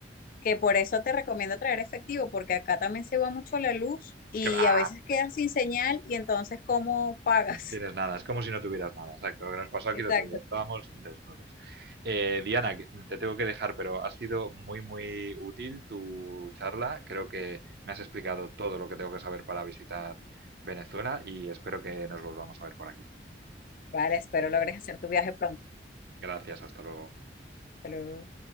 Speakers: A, on the left; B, on the right.
A: que por eso te recomiendo traer efectivo, porque acá también se va mucho la luz y
B: Que va,
A: a veces quedas sin señal y entonces, ¿cómo pagas?
B: Tienes nada, es como si no tuvieras nada, exacto. Lo que nos pasó aquí
A: <laughs> Exacto.
B: el otro día, estábamos desnudos. Eh, Diana, que- mm, te tengo que dejar, pero ha sido muy, muy útil tu charla. Creo que me has explicado todo lo que tengo que saber para visitar Venezuela y espero que nos volvamos a ver por aquí.
A: Vale, espero logres hacer tu viaje pronto.
B: Gracias, hasta luego.
A: Hasta luego.